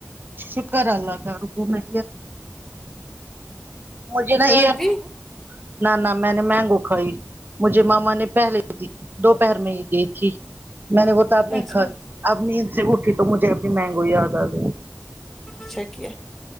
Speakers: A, on the right; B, in the centre.
A: شکر اللہ کا رکو میں مجھے نا
B: چائے
A: ایئر
B: پی
A: نہ نہ میں نے مینگو کھائی مجھے ماما نے پہلے دوپہر میں ہی گئی تھی میں نے وہتا آپ نے
B: اچھا
A: کھ اب نیند سے اٹھی تو مجھے اپنی مہنگو یاد آ گ
B: اچھا کی